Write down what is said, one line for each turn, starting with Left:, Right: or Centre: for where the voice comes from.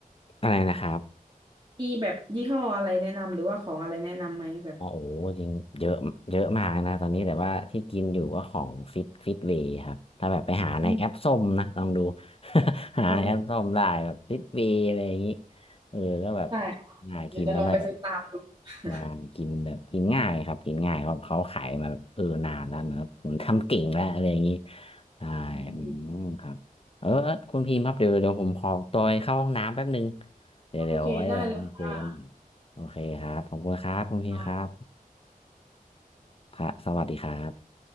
Left: อะไรนะครับ
Right: มีแบบยี่ห้ออะไรแนะนำหรือว่าของอะไรแนะนำไหมแบบ
Left: อ๋อโอ้โหจริงเยอะเยอะมากนะตอนนี้แต่ว่าที่กินอยู่ก็ของฟิตฟิตเวย์ครับถ้าแบบไปหาในแอปส้มนะลองดู
Right: อืม
Left: <laughs> หาในแอปส้มได้แบบฟิตเวย์อะไรอย่างนี้
Right: โอเค
Left: เออก็แบบ
Right: ได้
Left: ง่ายกินแล้วไม่แบบ
Right: เดี๋ยวจะลองไปซื้อตามดู <laughs>
Left: งานกินแบบกินง่ายครับกินง่ายเพราะเขาขายมาเออนานแล้วนะครับผมทำเก่งแล้วอะไรอย่างนี้ใช่อืมครับเออเออคุณพิมพ์ครับเดี๋ยวเดี๋ยวผมขอตัวไปเข้าห้องน้ำแป๊บนึง
Right: อืม
Left: เดี๋ยวเดี๋ยวไว้เราคุยกัน
Right: โอเคได้เลยค่ะ
Left: โอเคครับขอบคุณครับคุณพี่ครับ
Right: ค่ะ
Left: ครับสวัสดีครับ